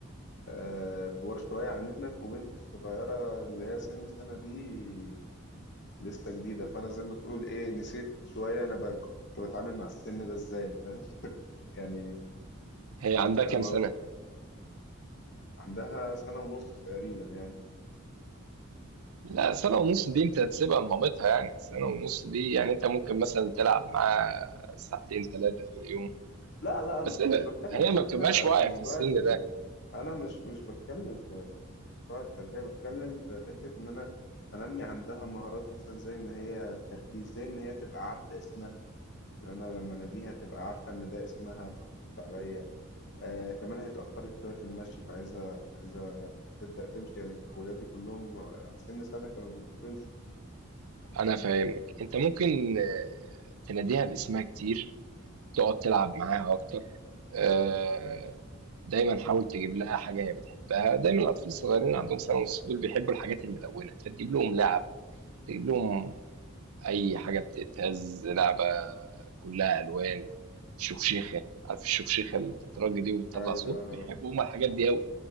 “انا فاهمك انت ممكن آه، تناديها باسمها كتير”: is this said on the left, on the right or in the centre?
Right